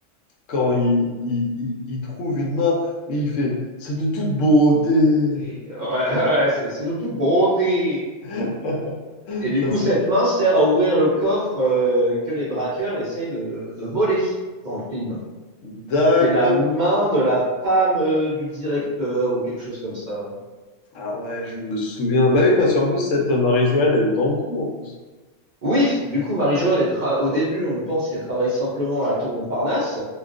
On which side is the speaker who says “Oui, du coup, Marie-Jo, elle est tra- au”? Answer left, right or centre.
Right